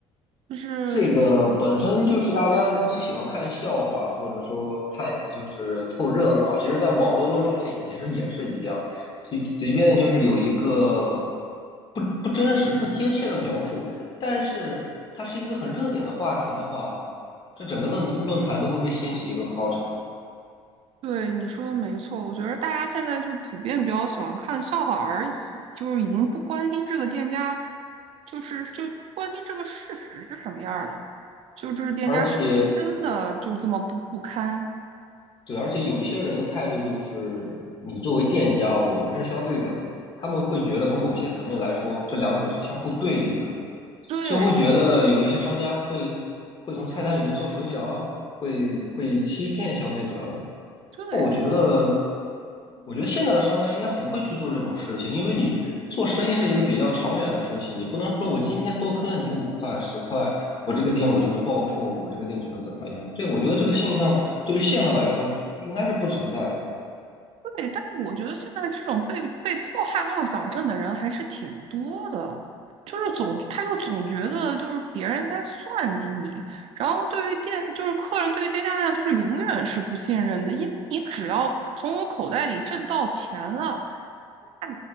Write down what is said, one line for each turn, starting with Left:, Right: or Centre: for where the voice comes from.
Right: 就是。
Left: 这个本身就是大家都喜欢看笑话，
Right: 嗯。
Left: 或者说看就是凑热闹。其实，在网络论坛里面，其实也是一样，就即便就是有一个不不真实、不贴切的描述，但是它是一个很热点的话题的话，这整个论论坛都会被掀起一个高潮。
Right: 对，你说的没错，我觉得大家现在就普遍比较喜欢看笑话而已，就是已经不关心这个店家，就是就不关心这个事实是什么样儿了，就这是店家是不是真的就这么不不堪？
Left: 而且，对，而且有一些人的态度就是，你作为店家，我们是消费者，他们会觉得从某些层面来说，这两者是相互对立的。
Right: 对对
Left: 就会觉得有一些商家会会从菜单里面做手脚啊会会欺骗消费者。
Right: 对。
Left: 那我觉得，我觉得现在的商家应该不会去做这种事情，因为你做生意是一个比较长远的事情，你不能说我今天多坑了你五块十块，我这个店我就能暴富，我这个店就能怎么样？这个我觉得这个现象对于现在来说是应该是不存在的。
Right: 对，但我觉得现在这种被被迫害妄想症的人还是挺多的，就是总他就总觉得就是别人在算计你，然后对于店就是客人对于店家来讲就是永远是不信任的，因为你只要从我口袋里挣到钱了，那